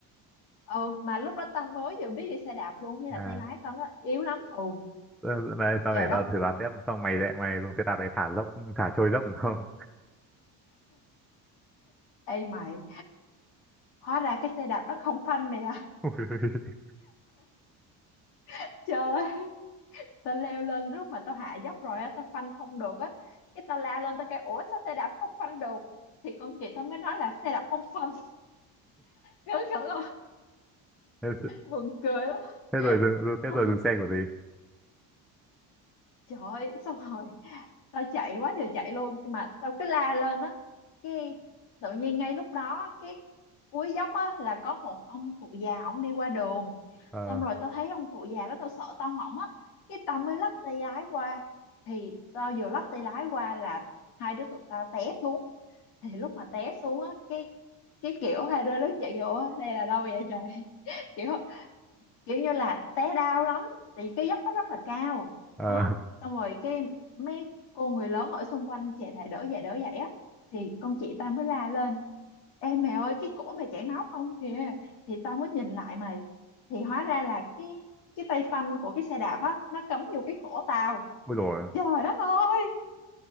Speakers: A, on the left (about 75°); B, in the centre.
A: ừ mà lúc đó tao mới vừa biết đi xe đạp luôn như là
B: à
A: tay lái tao nó yếu lắm ừ
B: ờ, đây tao
A: trời
B: để
A: đất
B: tao thử đoán tiếp xong mày lại mày dùng xe đạp để thả dốc thả trôi dốc đúng không
A: ê mày hóa ra cái xe đạp nó không phanh mày à
B: <laughs>
A: <laughs> trời tao leo lên lúc mà tao hạ dốc rồi á tao phanh không được á cái tao lao lên tao kêu ủa sao xe đạp không phanh được thì con chị tao mới nói là xe đạp không phanh <laughs> ngớ ngẩn không
B: thế,
A: buồn cười lắm
B: thế rồi dừng thế
A: Tao-
B: rồi dừng xe của gì
A: trời ơi, xong rồi tao chạy quá trời chạy luôn nhưng mà tao cứ la lên á cái tự nhiên ngay lúc đó cái cuối dốc á là có một ông cụ già ổng đi qua đường
B: ờ
A: xong rồi tao thấy ông cụ già đó tao sợ tao mỏng á cái tao mới lắp tay lái qua thì tao vừa lắp tay lái qua là hai đứa tụi tao té xuống thì lúc mà té xuống á cái cái kiểu hai đứa đứng dậy kiểu "Ủa, đây là đâu vậy trời <laughs> kiểu kiểu như là té đau lắm thì cái dốc nó rất là cao
B: ờ
A: đó xong rồi cái mấy cô người lớn ở xung quanh chạy lại đỡ dậy đỡ dậy á thì con chị ta mới la lên em mẹ ơi cái cổ mày chảy máu không kìa Thì tao mới nhìn lại mày Thì hóa ra là cái cái tay phanh của cái xe đạp á Nó cắm vô cái cổ tao
B: ui rồi
A: Trời đất ơi